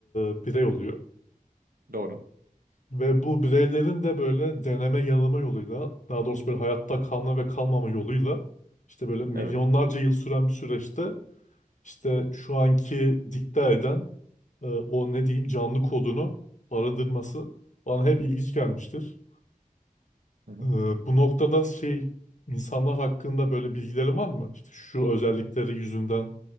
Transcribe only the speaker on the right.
doğru.
Evet.
Hı hı.